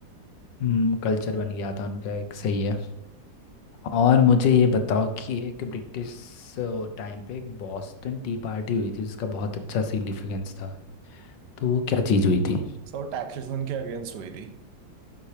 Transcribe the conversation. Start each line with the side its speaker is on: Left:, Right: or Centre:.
Left: हम्म कल्चर बन गया था उनका एक सही है और मुझे ये बताओ कि एक ब्रिटिश टाइम पे एक बॉस्टन टी पार्टी हुई थी जिसका बहुत अच्छा सिग्निफिकेंस था तो वो क्या चीज़ हुई थी
Right: सो टैक्सेशन के अगेंस्ट हुई थी